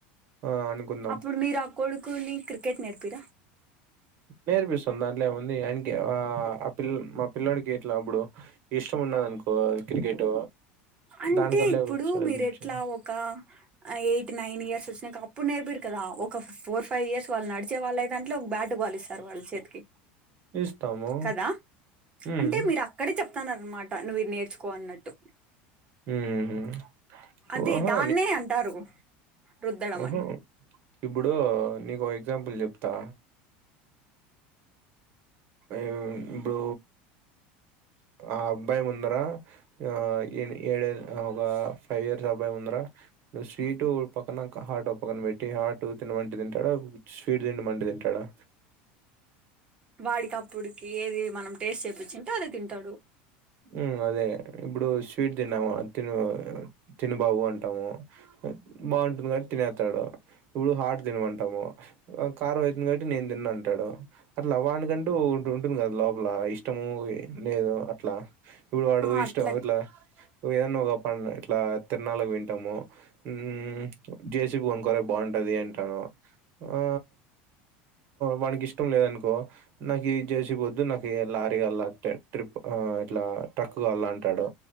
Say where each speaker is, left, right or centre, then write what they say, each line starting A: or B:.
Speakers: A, on the right; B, on the right.
A: ఆ అనుకుందాం
B: అప్పుడు మీరు ఆ కొడుకుని క్రికెట్ నేర్పిరా
A: నేర్పిస్తుంది దాంట్ల ఏముంది ఆయన ఆ ఆ పిల్ మా పిల్లోడికి ఇట్ల అప్పుడు ఇష్టం ఉన్నదనుకో క్రికెట్
B: అంటే
A: దాని కలే
B: ఇప్పుడు
A: <unintelligible>
B: మీరు ఎట్లా ఒక ఎయిట్ నైన్ ఇయర్స్ ఓచ్చినంక అప్పుడు నేర్పిరు కదా ఒక ఫోర్ ఫై ఇయర్స్ వాళ్ళు నడిచే వాళ్ళ లేదంట్ే ఒక బ్యాటుబాలిస్తారు వాళ్ళు చేతికి
A: ఇస్తాము.
B: కదా
A: హ్మ్.
B: అంటే మీరు అప్ ప్పుడే చెప్తాను అనమాట నువ్వు ఇది నేర్చుకో అన్నట్టు
A: హ్మ్.
B: అది
A: ఆహా!
B: దాన్నే అంటారు రుద్దడం
A: ఉ
B: అని
A: హు ఇప్పుడు నీకో ఎగ్జాంపుల్ చెప్తా ఇ బో ఆ అబ్బాయి ముందరా ఆ ఏ ఏడే ఒక ఫై ఇయర్స్ అబ్బాయి్ ముందడా నువ్వు స్వీటు పక్కనక హాట్ పక్కన పెట్టి హాట్ తిన్నమంటే తింటాడా స్వీట్ తిన్నమంటే తింటాడా
B: వాడికిప్పుడుకి ఏది మనం టేస్ట్ చేయిచ్చింటే అదే తింటాడు
A: ఉ అదే ఇప్పుడు స్వీట్ తిన్నాము తిన్ను తిన్ను బాబు అంటాము బాగుంటుంది కాబట్టి తిన్నెత్తాడు ఇప్పుడు హార్ట్ తిన్నమంటాము కారం అయితుంది కాబట్టి నేను తిన్నాను అంటాడు అట్లా వానికంటూ ఉంటుంది కదా లోపల ఇష్ట ఇష్టము లేదు అట్ల ఇప్పుడు వాడు
B: ఆ
A: ఇష్టం
B: అట్లా
A: అట్ల ఏదన్నా ఒక ప ఇట్ల తిన్నడానికి వింటాము ఊ జేసీపీ కొనుకోరే బాగుంట ది అంటాను ఆ వాకి ఇష్టం లేదనుకో నాకు ఈ జెసిపిపోద్దు నాకు లారీ గల్లాటే ట్రిప్ ఆ ఇట్ల ట్రక్ కావాలాంటాడు